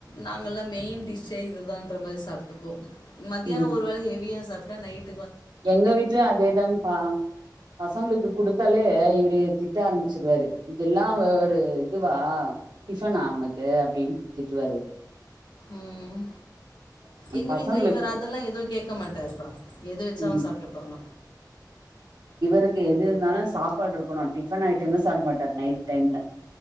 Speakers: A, on the left (about 80°); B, on the right (about 85°).
A: நாங்கெல்லா மெயின் டிஷ்ஷே இதுதான்ற மாரி சாப்டுக்குவோ மத்தியானோ
B: ம்
A: ஒரு வேல ஹெவியா சாப் இதா நைட்
B: எங்க வீட்லயு அதேதாங்ப்பா பசங்களுக்கு குடுத் தலே இவரு த் திட்ட ஆரம்பிச்சடுவாரு இதெல்லாம் ஒரு இதுவா டிஃபனா உனக்கு அப்டின்னு திட்டுவாரு
A: உம் எங்க
B: பசங்களுக்கு
A: வீட்ல இவர் அதெல்லாம் எதுவும் கேட்க மாட்டருப்பா எது <unintelligible>
B: ம்
A: சாப்பிட்டுப்பாங்க
B: இவர்க்கு எது இருந்தாலும் சாப்பாடு இருக்கணும் டிஃபன் ஐட்டம்ல சாப்ப மாட்டார் நைட் டைம்ல